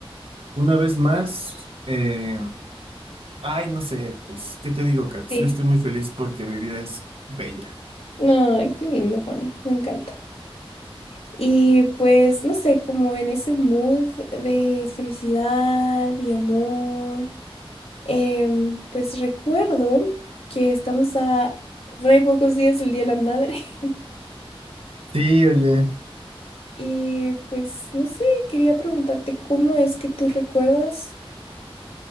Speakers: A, on the right; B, on the left.
A: una vez más. eh, ay, no sé, pues, ¿qué te digo, Kat?
B: Sí.
A: Yo estoy muy feliz porque mi vida es bella.
B: No, Ay, qué lindo, Juani. Me encanta. Y pues, no sé, como en ese mood de felicidad y amor. Em, pues recuerdo que estamos a re pocos días del Día de la Madre <laughs>
A: Sí, oye,
B: y pues no sé, quería preguntarte cómo es que tú recuerdas